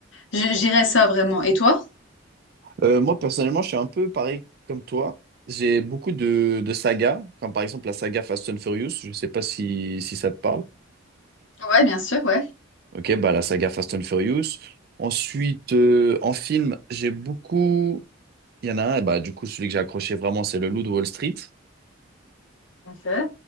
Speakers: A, on the left; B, on the right.
A: Je- J'irais ça vraiment. Et toi?
B: Euh, moi, personnellement, je suis un peu pareil comme toi. J'ai beaucoup de, de sagas, comme par exemple la saga Fast and Furious. Je sais pas si, si ça te parle.
A: Ouais, bien sûr, ouais.
B: Ok, bah la saga Fast and Furious. Ensuite, euh, en film, j'ai beaucoup. Il y en a un, bah, du coup, celui que j'ai accroché vraiment, c'est Le Loup de Wall Street.
A: Ok.